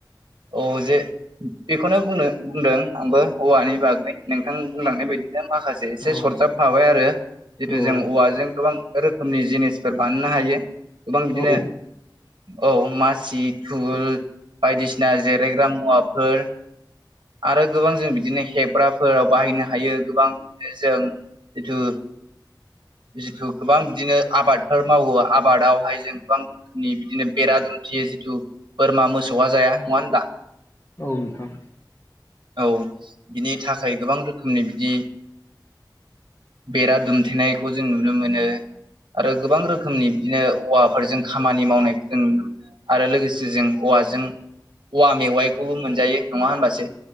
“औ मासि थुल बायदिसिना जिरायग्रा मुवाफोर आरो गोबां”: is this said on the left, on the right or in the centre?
Right